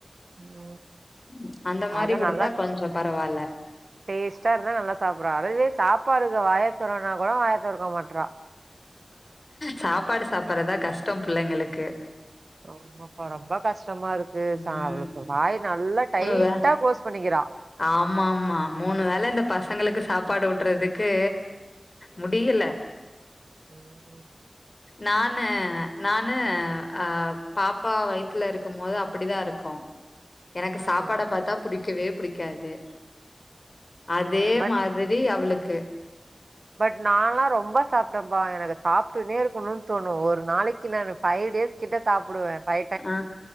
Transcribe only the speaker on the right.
உம்
அத
நல்லா
டேஸ்ட்டா இருந்தா நல்லா சாப்ட்றா அதுவே சாப்பாடுக்கு வாய தொறனா கூட வாய தொறக்க மாட்றா
ஆமாப்பா ரொம்ப கஷ்டமா இருக்கு ச
அவளுக்கு வாய் நல்லா டைட்டா
கிளோஸ் பண்ணிக்கிறா
ம் ம்
ம்
ம் பட்
பட் நால்லா ரொம்ப சாப்ட்டேபா எனக்கு சாப்டுனே இருக்கணுனு தோணு ஒரு நாளைக்கு க்கு நானு ஃபைவ் டேஸ் கிட்ட சாப்பிடுவே ஃபை